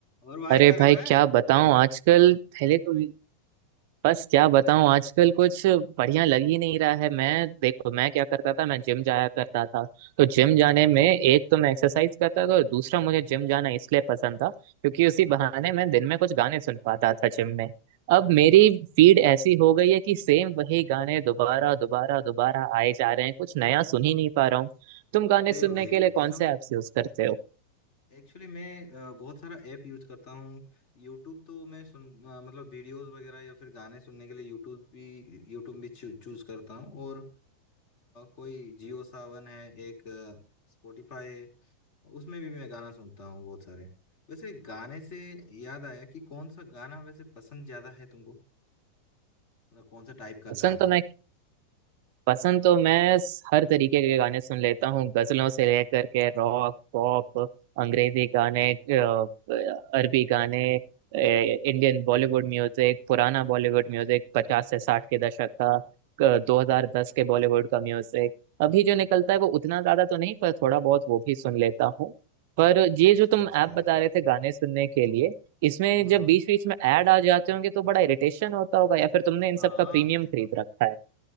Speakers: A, on the left; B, on the right.
A: और भाई
B: अरे
A: क्या कर
B: भाई
A: रहा
B: क्या
A: है
B: बताऊं आजकल पहले तो बस क्या बताऊं आजकल कुछ बढ़िया लग ही नहीं रहा है मैं देखो मैं क्या करता था मैं जिम जाया करता था तो जिम जाने में एक तो मैं एक्सरसाइज करता था और दूसरा मुझे जिम जाना इसलिए पसंद था क्योंकि उसी बहाने मैं दिन में कुछ गाने सुन पाता था जिम में अब मेरी फीड ऐसी हो गई है कि सेम वही गाने दोबारा दोबारा दोबारा आए जा रहे हैं कुछ नया सुन ही नहीं पा रहा हूँ तुम गाने
A: अरे
B: सुनने
A: भाई
B: के लिए कौन
A: ऐसा
B: से ऐप्स यूज करते हो
A: एक्चुअली मैं अ, बहुत सारा ऐप यूज करता हूँ यूट्यूब तो मैं सुन अ, मतलब वीडियोस वगैरह या फिर गाने सुनने के लिए यूट्यूब भी यूट्यूब भी चूज करता हूँ और अ, कोई जियो सावन है एक स्पॉटिफाई है उसमें भी मैं गाना सुनता हूँ बहुत सारे वैसे गाने से याद आया कि कौन सा गाना वैसे पसंद ज्यादा है तुमको मतलब कौन सा टाइप का
B: पसंद
A: गाना
B: तो मैं पसंद तो मैं स- हर तरीके के गाने सुन लेता हूँ गजलों से लेकर के रॉक पॉप अंग्रेजी गाने अ, अरबी गाने ए, इंडियन बॉलीवुड म्यूजिक पुराना बॉलीवुड म्यूजिक पचास से साठ के दशक का दो हजार दस के बॉलीवुड का म्यूजिक अभी जो निकलता है वो उतना ज्यादा तो नहीं पर थोड़ा बहुत वो भी सुन लेता हूँ पर ये
A: अच्छा
B: जो तुम
A: अच्छा
B: ऐप बता रहे थे गाने सुनने के लिए इसमें
A: हाँ
B: जब
A: हाँ
B: बीच बीच में ऐड आ जाते होंगे तो बड़ा इरिटेशन होता होगा या फिर तुमने इन
A: हाँ
B: सब का प्रीमियम खरीद रखा है